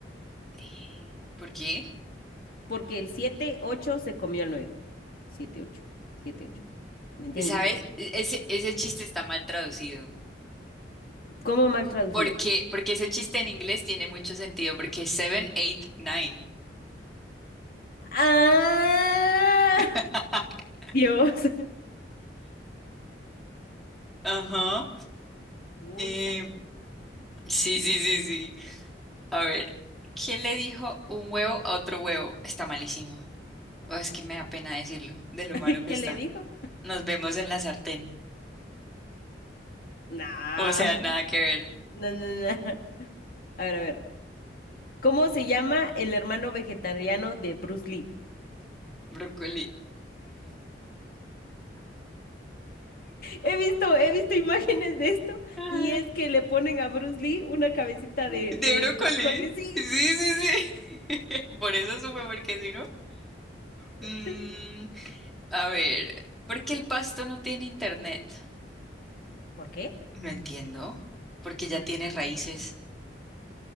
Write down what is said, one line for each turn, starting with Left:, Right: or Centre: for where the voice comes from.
Centre: Eh, ¿Por qué?
Left: Porque el siete ocho se comió al nueve. Siete ocho, siete ocho, No entendí.
Centre: ¿Sabes? E- Ese, ese chiste está mal traducido.
Left: ¿Cómo mal traducido?
Centre: Porque, porque ese chiste en inglés tiene mucho sentido, porque es seven, eight, nine.
Left: ¡Ah!
Centre: <laughs>
Left: <laughs> Dios.
Centre: Ajá.
Left: <laughs> Un
Centre: Eh,
Left: sal-
Centre: sí, sí, sí, sí. A ver, ¿qué le dijo un huevo a otro huevo? Está malísimo. Oh, es que me da pena decirlo, de lo
Left: <laughs>
Centre: malo que
Left: ¿Qué
Centre: está.
Left: le dijo?
Centre: Nos vemos en la sartén.
Left: No,
Centre: O sea, nada que ver.
Left: no, no, no. A ver, a ver. ¿Cómo se llama el hermano vegetariano de Bruce Lee?
Centre: Brócoli. <laughs>
Left: He visto, he visto <laughs> imágenes de esto
Centre: Ah,
Left: y es que le ponen a Bruce Lee una cabecita de,
Centre: ¿De
Left: del
Centre: brócoli?
Left: brócoli. Sí,
Centre: Sí, sí, sí. <laughs> Por eso supe, porque si no. Mm,
Left: sí.
Centre: a ver, ¿por qué el pasto no tiene internet?
Left: ¿Por qué?
Centre: No entiendo, porque ya tiene raíces,